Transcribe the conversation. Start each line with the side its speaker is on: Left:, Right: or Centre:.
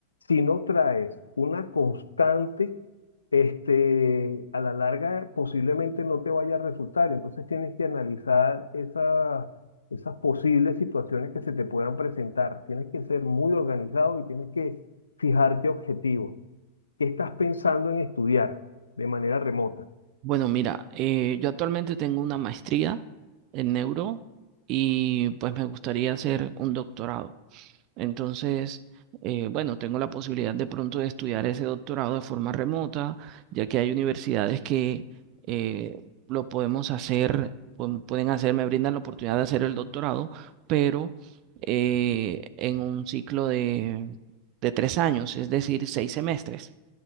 Left: si no traes una constante, este, a la larga posiblemente no te vaya a resultar. Entonces tienes que analizar esas esas posibles situaciones que se te puedan presentar. Tienes que ser muy organizado y tienes que fijarte objetivos. ¿Qué estás pensando en estudiar de manera remota?
Right: Bueno, mira, eh, yo actualmente tengo una maestría en neuro y pues me gustaría hacer un doctorado. Entonces, eh, bueno, tengo la posibilidad de pronto de estudiar ese doctorado de forma remota, ya que hay universidades que eh, lo podemos hacer, pueden pueden hacer, me brindan la oportunidad de hacer el doctorado, pero eh, en un ciclo de, de tres años, es decir, seis semestres,